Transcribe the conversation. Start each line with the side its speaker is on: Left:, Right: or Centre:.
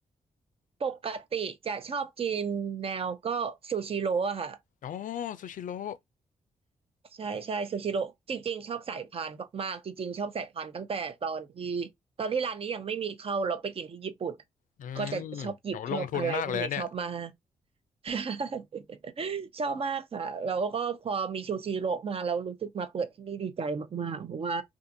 Right: ปกติจะชอบกินแนวก็ซูชิโร่อะค่ะ
Left: อ๋อซูชิโร่
Right: ใช่ใช่ซูชิโร่จริงๆชอบสายพานมากๆจริงๆชอบสายพานตั้งแต่ตอนที่ตอนที่ร้านนี้ยังไม่มีเข้าเราไปกินที่ญี่ปุ่น
Left: อืมโหลงทุนมากเลยนะเนี่ย
Right: ก็จะชอบหยิบชอบอะไรพวกนี้ชอบมาก <laughs> ชอบมากค่ะแล้วก็พอมีซูชิโร่มาเรารู้สึกมาเปิดที่นี่ดีใจมากๆเพราะว่า